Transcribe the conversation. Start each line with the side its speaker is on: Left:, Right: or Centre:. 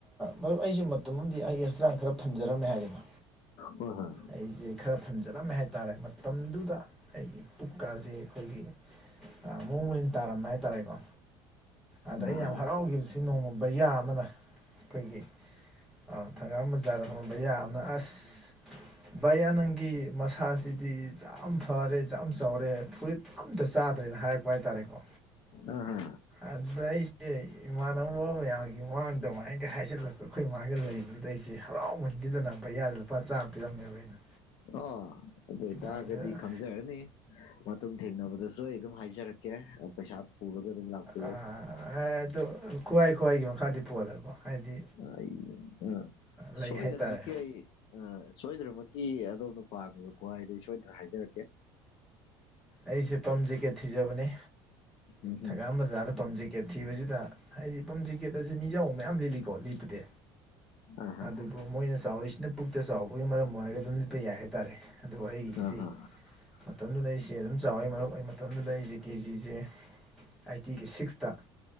Centre: ꯃꯔꯨꯞ ꯑꯩꯁꯦ ꯃꯇꯝꯗꯤ ꯑꯩ ꯍꯛꯆꯥꯡ ꯈꯔ ꯐꯟꯖꯔꯝꯃꯦ ꯍꯥꯏꯗꯅ
Left: ꯍꯣꯏ ꯍꯣꯏ
Centre: ꯑꯩꯁꯦ ꯈꯔ ꯐꯟꯖꯔꯝꯃꯦ ꯍꯥꯏꯇꯥꯔꯦ ꯃꯇꯝꯗꯨꯗ ꯑꯩꯒꯤ ꯄꯨꯛꯀꯥꯁꯦ ꯑꯩꯈꯣꯏꯒꯤ ꯃꯑꯣꯡ ꯃꯔꯤꯟ ꯇꯥꯔꯝꯕ ꯍꯥꯏꯇꯥꯔꯦꯀꯣ ꯑꯗ ꯑꯩꯅ
Left: ꯑꯍ
Centre: ꯌꯥꯝ ꯍꯔꯥꯎꯈꯤꯕꯁꯤ ꯅꯣꯡꯃ ꯕꯌꯥ ꯑꯃꯅ ꯑꯩꯈꯣꯏꯒꯤ ꯑ ꯊꯪꯒꯥ ꯃꯨꯖꯥꯗ ꯍꯣꯡꯝꯕ ꯌꯥꯅ ꯑꯁ ꯚꯌꯥ ꯅꯪꯒꯤ ꯃꯁꯥꯁꯤꯗꯤ ꯌꯥꯝ ꯐꯔꯦ ꯌꯥꯝ ꯆꯥꯎꯔꯦ ꯐꯨꯔꯤꯠ ꯑꯝꯇ ꯆꯥꯗ꯭ꯔꯦꯅ ꯍꯥꯏꯔꯛꯄ ꯍꯥꯏꯇꯥꯔꯦꯀꯣ
Left: ꯑꯍ
Centre: ꯑꯗꯨꯗ ꯑꯩꯁꯦ ꯏꯃꯥꯟꯅꯕ ꯃꯌꯥꯝꯒꯤ ꯃꯃꯥꯡꯗꯃꯥꯏꯅꯒ ꯍꯥꯏꯖꯜꯂꯛꯄ ꯑꯩꯈꯣꯏ ꯏꯃꯥꯡꯒ ꯂꯩꯕ ꯑꯗꯨꯗ ꯑꯩꯁꯦ ꯍꯔꯥꯎꯍꯟꯕꯤꯗꯅ ꯄꯌꯥꯗ ꯂꯨꯄꯥ ꯆꯥꯝꯃ ꯄꯤꯔꯝꯃꯦꯕ ꯑꯩꯅ
Left: ꯑꯣ ꯑꯗꯨꯏꯇꯥꯒꯗꯤ
Centre: ꯑꯗ
Left: ꯈꯪꯖꯔꯅꯤ ꯃꯇꯨꯡ ꯊꯦꯡꯅꯕꯗꯁꯨ ꯑꯩ ꯑꯗꯨꯝ ꯍꯥꯏꯖꯔꯛꯀꯦ ꯄꯩꯁꯥ ꯄꯨꯔꯒ ꯑꯗꯨꯝ ꯂꯥꯛꯄꯤꯌꯨ
Centre: ꯑ ꯑꯗ ꯈ꯭ꯋꯥꯏ ꯈ꯭ꯋꯥꯏꯒꯤ ꯃꯈꯥꯗꯤ ꯄꯣꯜꯂꯦꯀꯣ ꯍꯥꯏꯗꯤ
Left: ꯑꯩ ꯑ
Centre: ꯂꯩ
Left: ꯁꯣꯏꯗꯅꯕ
Centre: ꯍꯥꯏꯇꯥꯔꯦ
Left: ꯀꯦ ꯑꯩ ꯑ ꯁꯣꯏꯗꯅꯃꯛꯀꯤ ꯑꯗꯣꯝꯅ ꯄꯥꯝꯃꯤꯕ ꯈ꯭ꯋꯥꯏꯗꯩ ꯁꯣꯏꯗꯅ ꯍꯥꯏꯖꯔꯛꯀꯦ
Centre: ꯑꯩꯁꯦ ꯄꯝ ꯖꯦꯀꯦꯠ ꯊꯤꯖꯕꯅꯦ
Left: ꯎꯝꯍꯨꯝ
Centre: ꯊꯪꯒꯥꯝ ꯕꯖꯥꯔꯗ ꯄꯝ ꯖꯦꯀꯦꯠ ꯊꯤꯕꯁꯤꯗ ꯍꯥꯏꯗꯤ ꯄꯝ ꯖꯦꯀꯦꯠ ꯑꯁꯤ ꯃꯤꯖꯎꯕ ꯃꯌꯥꯝ ꯂꯤꯠꯂꯤꯀꯣ ꯂꯤꯞꯄꯗ
Left: ꯑꯍ
Centre: ꯑꯗꯨꯕꯨ ꯃꯣꯏꯅ ꯆꯥꯎꯔꯤꯁꯤꯅ ꯄꯨꯛꯇ ꯆꯥꯎꯕꯒꯤ ꯃꯔꯝ ꯑꯣꯏꯔꯒ ꯑꯗꯨꯝ ꯂꯤꯠꯄ ꯌꯥꯏ ꯍꯥꯏꯇꯥꯔꯦ ꯑꯗꯨ ꯑꯩꯒꯤꯁꯤꯗꯤ
Left: ꯑꯍ
Centre: ꯃꯇꯝꯗꯨꯗ ꯑꯩ ꯆꯦ ꯑꯗꯨꯝ ꯆꯥꯎꯋꯦ ꯃꯔꯨ ꯑꯣꯏ ꯃꯇꯝꯗꯨꯗ ꯑꯩꯁꯦ ꯀꯦꯖꯤꯁꯦ ꯑꯥꯏꯠꯇꯤꯒꯤ ꯁꯤꯛꯁꯇ